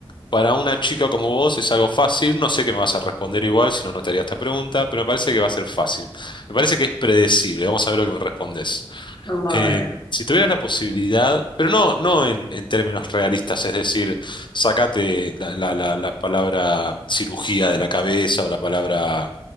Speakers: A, on the left (about 55°); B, on the left (about 35°).
A: para una chica como vos es algo fácil. No sé qué me vas a responder igual, si no, no te haría esta pregunta, pero me parece que va a ser fácil. Me parece que es predecible. Vamos a ver lo que me respondes
B: vamos
A: eh,
B: a ver.
A: si tuvieras la posibilidad, pero no, no en, en términos realistas, es decir, sacate la, la- la- la palabra cirugía de la cabeza o la palabra